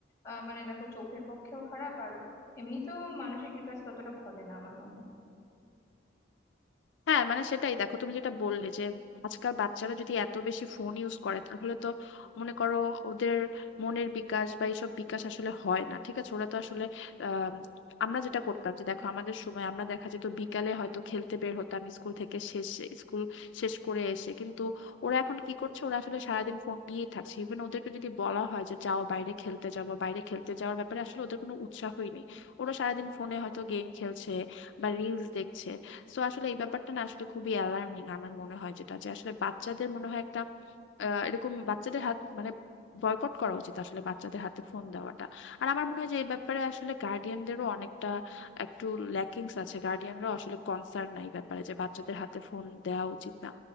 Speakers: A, on the left (about 15°); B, on the left (about 80°).
A: আহ মানে দেখো চোখের পক্ষেও খারাপ আর এমনিতেও মানসিক বিকাশ ততটা ঘটে না আমার মতে
B: হ্যাঁ মানে সেটাই দেখো তুমি যেটা বললে যে আজকাল বাচ্চারা যদি এত বেশি ফোন ইউজ করে তাহলে তো মনে করো ওদের মনের বিকাশ বা এইসব বিকাশ আসলে হয় না ঠিক আছে ওরা তো আসলে আম, আমরা যেটা করতাম যে দেখো আমাদের সময় আমরা দেখা যেত বিকালে হয়তো খেলতে বের হতাম স্কুল থেকে শেষ স্কুল শেষ করে এসে কিন্তু ওরা এখন কি করছে ওরা আসলে সারাদিন ফোন নিয়েই থাকছে ইভেন ওদেরকে যদি বলা হয় যে যাও বাইরে খেলতে যাও বা বাইরে খেলতে যাওয়ার ব্যাপারে আসলে ওদের কোনো উৎসাহই নেই ওরা সারাদিন ফোনে হয়তো গেম খেলছে বা রিলস দেখছে সো আসলে এই ব্যাপারটা না আসলে খুবই অ্যালার্মিং আমার মনে হয় যেটা যে আসলে বাচ্চাদের মনে হয় একটা আহ, এরকম বাচ্চাদের হাত মানে বয়কট করা উচিত আসলে বাচ্চাদের হাতে ফোন দেওয়াটা আর আমার মনে হয় যে এই ব্যাপারে আসলে গার্ডিয়ানদেরও অনেকটা একটু ল্যাকিংস আছে গার্ডিয়ানরাও আসলে কনসার্ন নাই এই ব্যাপারে যে বাচ্চাদের হাতে ফোন দেওয়া উচিত না